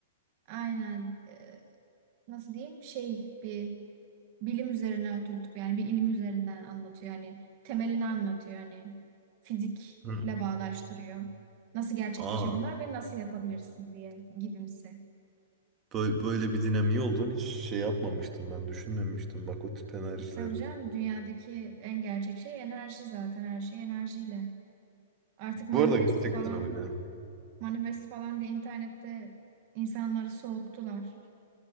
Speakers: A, on the right; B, on the right.
A: aynen e, nasıl diyeyim şey bir bilim üzerine oturtup yani bir ilim üzerinden anlatıyor. Yani temelini anlatıyor. Yani fizikle
B: Hı.
A: bağdaştırıyor. Nasıl gerçekleşiyor
B: Aa,
A: bunlar ve nasıl yapabilirsin diye gibimsi.
B: böyle, böyle bir dinamiği olduğunu hiç şey yapmamıştım ben. Düşünmemiştim bak o tip enerjilerin.
A: E, Tabii canım dünyadaki en gerçek şey enerji zaten her şey enerjiyle. Artık manifest
B: Bu arada gerçekten
A: falan
B: öyle.
A: manifest falan diye internette insanları soğuttular.